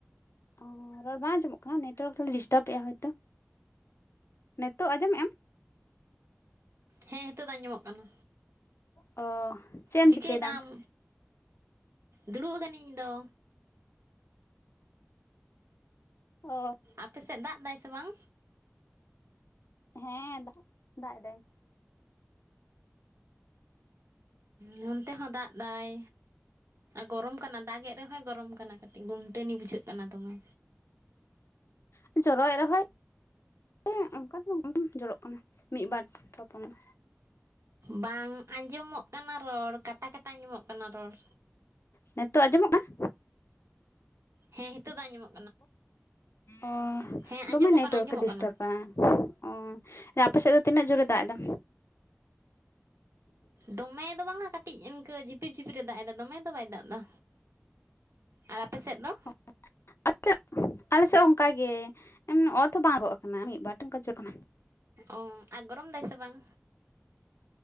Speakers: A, on the left (about 65°); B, on the right (about 70°).
A: ᱚ ᱨᱚᱲ ᱵᱟᱝ ᱟᱸᱚᱢᱚᱜ ᱠᱟᱱᱟ ᱱᱮᱴᱚᱣᱟᱨᱠ <unintelligible> ᱰᱤᱥᱴᱟᱵᱮᱜᱼᱟ ᱦᱳᱭᱛᱳ ᱱᱤᱛᱳᱜ ᱟᱸᱡᱚᱢᱮᱜ ᱟᱢ
B: ᱦᱮᱸ ᱱᱤᱛᱚᱜ ᱫᱚ ᱟᱸᱡᱚᱢᱚᱜ ᱠᱟᱱᱟ᱾
A: ᱚ ᱪᱮᱫ ᱮᱢ
B: ᱪᱤᱠᱟᱹᱭ
A: ᱪᱤᱠᱟᱹᱭᱮᱫᱟ
B: ᱫᱟᱢ ᱫᱩᱲᱩᱵ ᱟᱠᱟᱱᱟᱹᱧ ᱤᱧ ᱫᱚ
A: ᱚ
B: ᱟᱯᱮ ᱥᱮᱫ ᱫᱟᱜ ᱫᱟᱭ ᱥᱮ ᱵᱟᱝ
A: ᱦᱮᱸ ᱫᱟᱜ ᱫᱟᱜ ᱮᱫᱟᱭ
B: ᱱᱚᱱᱛᱮ ᱦᱚᱸ ᱫᱟᱜ ᱫᱟᱭ ᱜᱚᱨᱚᱢ ᱠᱟᱱᱟ ᱫᱟᱜ ᱮᱫ ᱨᱮᱦᱚᱸᱭ ᱜᱚᱨᱚᱢ ᱠᱟᱱᱟ ᱠᱟᱹᱴᱤᱡ ᱜᱩᱱᱴᱟᱹᱱᱤ ᱵᱩᱡᱷᱟᱹᱜ ᱠᱟᱱᱟ ᱫᱚᱢᱮ
A: ᱦ ᱡᱚᱨᱚᱭᱮᱫ ᱨᱮᱦᱚᱸᱭ ᱦᱮᱸ ᱚᱱᱠᱟ ᱫᱚ <unintelligible> ᱡᱚᱨᱚᱜ ᱠᱟᱱᱟ ᱢᱤᱫᱼᱵᱟᱨ ᱛᱯᱚᱱᱚᱜ
B: ᱵᱟᱝ ᱟᱸᱡᱚᱢᱚᱜ ᱠᱟᱱᱟ ᱨᱚᱲ ᱠᱟᱴᱟ ᱠᱟᱴᱟ ᱟᱸᱡᱚᱢᱚᱜ ᱠᱟᱱᱟ ᱨᱚᱲ
A: ᱱᱤᱛᱚᱜ ᱟᱸᱡᱚᱢᱚᱜ ᱠᱟᱱᱟ?
B: ᱦᱮᱸ ᱱᱤᱛᱳᱜ ᱫᱚ ᱟᱡᱚᱢᱚᱜ
A: ᱚ
B: ᱦᱮᱸ
A: ᱫᱚᱢᱮ
B: ᱟᱸᱡᱚᱢᱚᱜ
A: ᱱᱮᱴᱣᱟᱨᱠ
B: ᱠᱟᱱᱟ ᱟᱸᱡᱚᱢᱚᱜ
A: ᱮ ᱰᱤᱥᱴᱟᱵᱟᱼᱟ
B: ᱠᱟᱱᱟ
A: ᱚ ᱟᱯᱮ ᱥᱮᱫ ᱫᱚ ᱛᱤᱱᱟᱹᱜ ᱡᱳᱨ ᱮ ᱫᱟᱜ ᱮᱫᱟ?
B: ᱫᱚᱢᱮ ᱫᱚ ᱵᱟᱝᱟ ᱠᱟᱹᱴᱤᱡ ᱤᱱᱠᱟᱹ ᱡᱷᱤᱯᱤᱨ ᱡᱷᱤᱯᱤᱨ ᱮ ᱫᱟᱜ ᱮᱫᱟ ᱫᱚᱢᱮ ᱫᱚ ᱵᱟᱭ ᱫᱟᱜ ᱮᱫᱟ᱾ ᱟᱨ ᱟᱯᱮ ᱥᱮᱫ ᱫᱚ
A: <unintelligible> ᱟᱞᱮ ᱥᱮᱫ ᱚᱱᱠᱟ ᱜᱮ ᱚᱛ ᱦᱚᱸ ᱵᱟᱝ ᱞᱚᱦᱚᱫ ᱟᱠᱟᱱᱟ ᱢᱤᱫ ᱵᱟᱨ <unintelligible>
B: ᱚ ᱟᱨ ᱜᱚᱨᱚᱢ ᱫᱟᱭ ᱥᱮ ᱵᱟᱝ